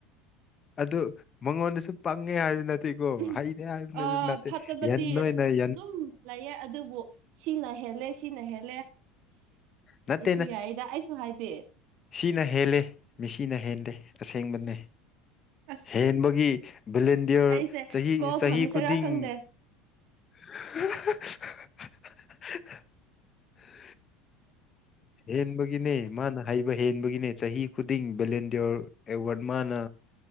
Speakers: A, on the left; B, on the right.
A: ꯑꯗꯨ ꯃꯉꯣꯟꯗꯁꯨ ꯄꯪꯉꯦ ꯍꯥꯏꯕ ꯅꯠꯇꯦꯀꯣ
B: ꯇꯣꯛꯑꯣ
A: ꯍꯩꯔꯦ ꯍꯥꯏꯕꯅꯁꯨ
B: ꯑ
A: ꯅꯠꯇꯦ
B: ꯐꯠꯇꯕꯗꯤ
A: ꯌꯥꯅꯤꯡꯗꯔꯣ ꯑꯩꯅꯥ ꯍꯥꯏꯁꯤ
B: ꯑꯗꯨꯝ ꯂꯩꯌꯦ ꯑꯗꯨꯕꯨ ꯁꯤꯅ ꯍꯦꯜꯂꯦ ꯁꯤꯅ ꯍꯦꯜ
A: ꯅꯠꯇꯦꯅ
B: ꯌꯥꯏꯗ ꯑꯩꯁꯨ ꯍꯥꯏꯗꯦ
A: ꯁꯤꯅ ꯍꯦꯜꯂꯦ ꯃꯤ ꯀꯤꯅ ꯍꯦꯟꯗꯦ ꯑꯁꯦꯡꯕꯅꯦ
B: ꯑꯁ
A: ꯍꯦꯟꯕꯒꯤ ꯚꯂꯦꯟꯗꯤꯌꯔ
B: ꯑꯩꯁꯦ
A: ꯆꯍꯤ
B: ꯀꯣꯜ
A: ꯆꯍꯤ
B: ꯊꯝꯃꯁꯤꯔꯥ
A: ꯈꯨꯗꯤꯡ
B: ꯈꯪꯗꯦ
A: <unintelligible> ꯍꯦꯟꯕꯒꯤꯅꯦ ꯃꯥꯅ ꯍꯩꯕ ꯍꯦꯟꯕꯒꯤꯅꯦ ꯆꯍꯤ ꯈꯨꯗꯤꯡ ꯚꯦꯂꯦꯟꯗꯤꯌꯣꯔ ꯑꯦꯋꯥꯔꯗ ꯃꯥꯅ